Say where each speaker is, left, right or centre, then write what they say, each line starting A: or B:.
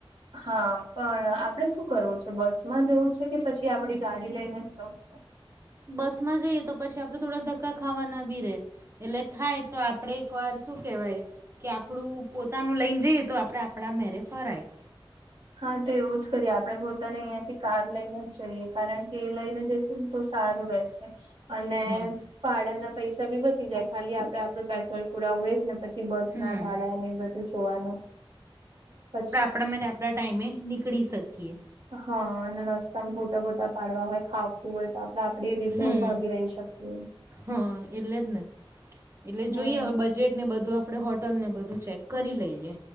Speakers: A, on the right (about 75°); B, on the right (about 30°).
A: હા. પણ આપડે શું કરવું છે, બસ માં જવું છે, કે પછી આપડી ગાડી લઈને જ જવું છે?
B: બસમાં જઈએ તો પછી આપણેે થોડા ધક્કા ખાવા ના બી રહે. એટલે થાય તો આપડે એક વાર શું કહેવાય કે આપણું પોતાનું લઈને જઈએ તો આપણે આપણા મેળે ફરાય.
A: હા તો એવું જ કરીએ. આપણે પોતાને અહિયાં થી કાર લઈને જ જઈએ, કારણ કે એ લઈને જ તો સારું રહેશે અને
B: હા
A: પાડા ના પૈસા ભી બચી જાય ખાલી આપડે આપડુ પેટ્રોલ પુરાવુ એજ ને પછી બસના
B: હમ
A: ભાડા ને બધું જોવાનું પછી
B: પણ મે આપણા ટાઈમે નીકળી શકીએ
A: હ અને રસ્તામાં ફોટા બોટા પાડવા હોય ખાવતું હોય તો આપણેે એ રીતે
B: હમ
A: ઉભા બી રેય શકીએ
B: હા એટલે જ ને એટલે
A: હમ
B: જોઈએ હવે બજેટ ને બધું આપણે હોટલ ને બધું ચેક કરી લઈએ